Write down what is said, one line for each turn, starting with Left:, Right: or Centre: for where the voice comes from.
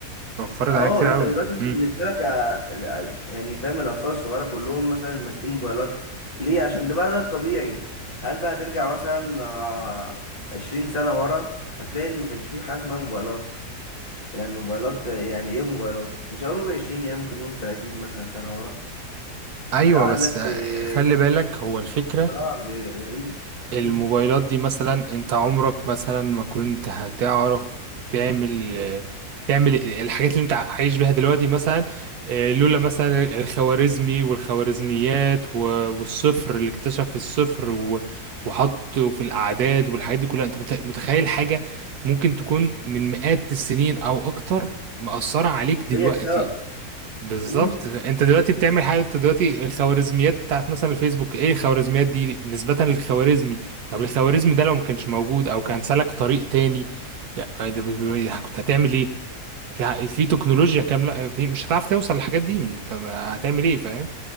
Right: وفرت
Left: اه
Right: علينا كتير
Left: انت
Right: قوي
Left: دلوقتي انت
Right: امم
Left: بالنسبه لك آه، ال- آه، يعني فاهم الاطفال الصغيره كلهم مثلا ماسكين موبايلات ليه عشان ده بقى ده الطبيعي هل بقى ترجع مثلا آه، 20 سنه ورا هتلاقي ان ما كانش في حاجه اسمها موبايلات يعني الموبايلات آه، يعني ايه موبايلات مش هقول 20 يعني ممكن نقول 30 مثلا سنه ورا
Right: ايوه
Left: انت عندك
Right: بس آه،
Left: آه،
Right: خلي بالك هو الفكرة
Left: اختراع غ- غريب
Right: الموبايلات
Left: امم
Right: دي مثلا انت عمرك مثلا ما كنت هتعرف تعمل آه، تعمل الحاجات اللي انت عايش بيها دلوقتي مثلا آه، لولا مثلا الخوارزمي والخوارزميات و- والصفر اللي اكتشف الصفر و- وحطه في الأعداد والحاجات دي كلها انت مت- متخيل حاجة ممكن تكون من مئات السنين او اكتر مأثرة عليك
Left: وهي
Right: دلوقتي
Left: السبب
Right: بالظبط
Left: امم
Right: انت دلوقتي بتعمل حاجه انت دلوقتي الخوارزميات بتاعت مثلا الفيسبوك ايه الخوارزميات دي نسبه للخوارزمي طب الخوارزمي ده لو ما كانش موجود او كان سلك طريق تاني يعني ده بي- بي- كنت هتعمل ايه في في تكنولوجيا كامله في مش هتعرف توصل للحاجات دي انت هتعمل ايه فاهم